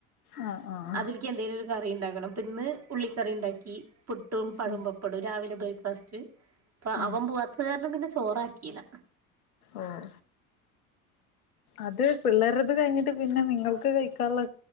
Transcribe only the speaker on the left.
ആഹ് ആഹ്
ഉം
ആഹ്
ഓഹ് അത് പിള്ളേർടത് കഴിഞ്ഞിട്ട് പിന്നെ നിങ്ങൾക്ക് കഴിക്കാനുള്ള